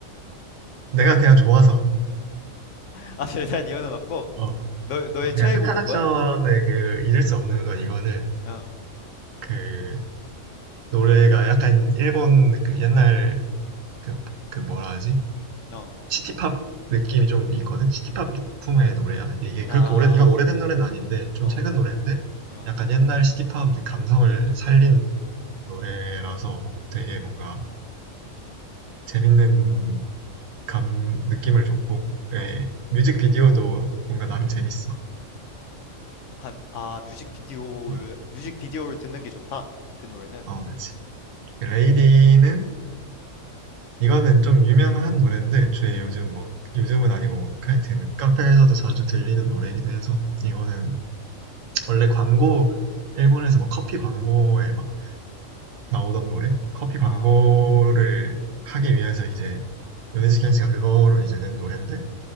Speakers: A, on the right; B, on the left.
A: 내가 그냥 좋아서
B: <laughs> 아, 대단한 이유는 없고,
A: 어 어,
B: 너, 너의
A: 그냥
B: 최애곡인
A: 사칸 액션의
B: 거야?
A: 그 잊을 수 없는 것 이거는
B: 어,
A: 그 노래가 약간 일본 그 옛날 그 그 뭐라 하지
B: 어,
A: 시티팝 느낌이 좀 있거든. 시티팝 풍의 노래야. 이게-
B: 아,
A: 그렇게 오래 이건 오래된 노래는 아닌데 좀
B: 어,
A: 최근 노래인데
B: 어,
A: 약간 옛날 시티팝 감성을 살린 노래라서 되게 뭔가
B: 음,
A: 재밌는 감 느낌을 줬고 예,
B: 어.
A: 뮤직비디오도 뭔가 나름 재밌어.
B: 아, 아, 뮤직비디오를,
A: 응.
B: 뮤직비디오를 듣는 게 좋다. 그 노래는.
A: 어, 그치. 레이디는 이거는 좀 유명한 노래인데 애초에 요즘 뭐 요즘은 아니고 뭐, 하여튼 카페에서도 자주 들리는 노래이기도 해서 이거는 원래 광고 일본에서 뭐 커피 광고에 막 나오던 노래? 커피 광고를
B: 아,
A: 하기 위해서 이제 요네즈켄 씨가 그거로 이제 낸 노래인데